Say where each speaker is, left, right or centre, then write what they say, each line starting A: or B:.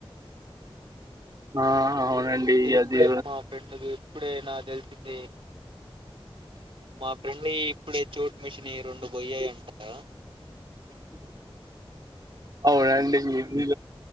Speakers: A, on the right; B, on the right.
A: అవునండి
B: ఇప్పుడే
A: అది
B: మా ఫ్రెండ్ ఇప్పుడే నాక్ తెలిసింది మా ఫ్రెండి ఇప్పుడే చోట్ మిషినీ రెండు పోయ్యాయి అంటా
A: అవునండి మీడి